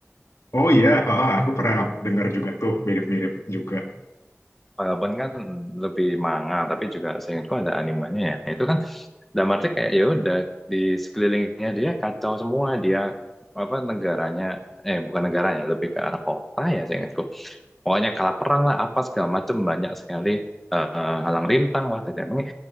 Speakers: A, on the left; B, in the centre.
A: Oh iya, heeh, aku pernah dengar juga tuh mirip-mirip juga.
B: Vagabond kan lebih manga, tapi juga seingatku ada animenya ya. Itu kan Dalam arti kayak ya udah di sekelilingnya dia kacau semua dia apa negaranya eh bukan negaranya lebih ke arah kota ya saya ingatku pokoknya kalah perang lah apa segala macem banyak sekali eh, halang rintang lah tetek bengek